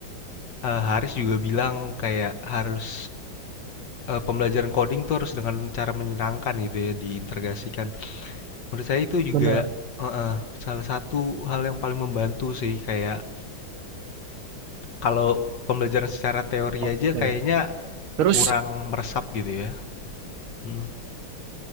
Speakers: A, on the left; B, on the right.
A: eh, Haris juga bilang kayak harus eh, pembelajaran coding tuh harus dengan cara menyenangkan gitu ya diintegrasikan. Menurut saya itu juga
B: benar.
A: eh, eh, salah satu hal yang paling membantu sih kayak kalau pembelajaran secara teori
B: Oke.
A: aja kayaknya
B: Terus
A: kurang meresap gitu ya. Mm.